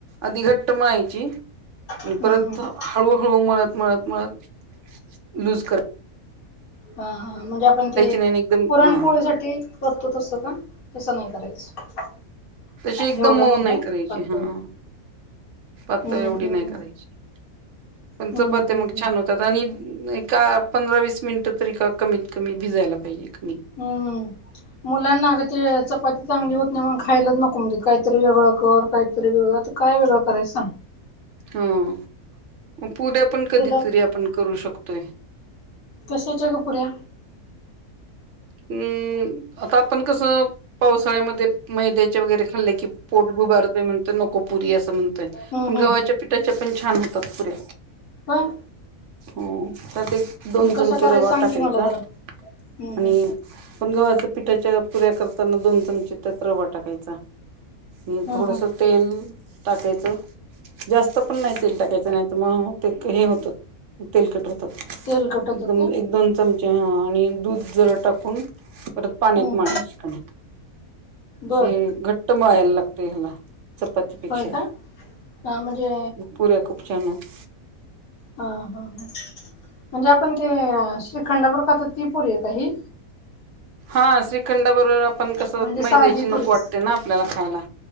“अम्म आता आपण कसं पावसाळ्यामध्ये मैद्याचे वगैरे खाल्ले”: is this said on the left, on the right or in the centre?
Right